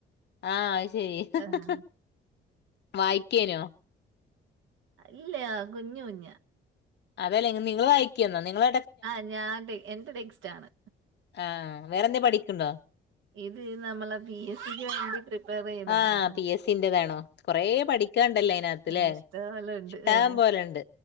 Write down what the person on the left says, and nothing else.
ആഹ ശരി ഹ്
വായിക്കേനോ
അതെല്ലെ നിങ്ങള്ൾ വായിക്കെന്നോ നിങ്ങള
ആഹ് വേറെന്തേ പഠിക്കണ്ടോ
ആഹ് പി എസ് സിന്റേതാണോ കൊറേ പഠിക്കാണ്ടല്ലോ അതിനകത്ത്ല്ലേ
ഇഷ്ടം
പോലെണ്ട്